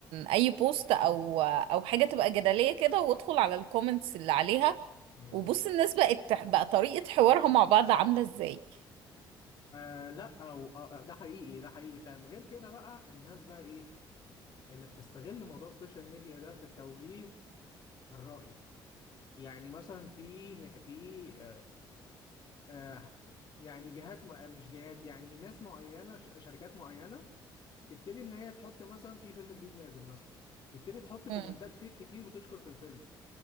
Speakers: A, on the right; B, on the left.
A: اي بوست او او حاجه تبقى جدليه كده وادخل على الكومنتس اللي عليها
B: مم.
A: وبص الناس بقت بقى طريقه حوارها مع بعض عامله ازاي
B: آه لا أو آه آه، ده حقيقي ده حقيقي فعلا غير كده بقى الناس بقى إيه اللي بتستغل موضوع السوشيال ميديا ده في التوجيه الرأي يعني مثلا في في آه، آه، يعني جهات م- مش جهات يعني ناس معينة ش- شركات معينة تبتدي إن هي تحط مثلا في فيلم جديد نازل مثلا تبتدي تحط كومنتات
A: امم
B: فيك كتير بتشكر في الفيلم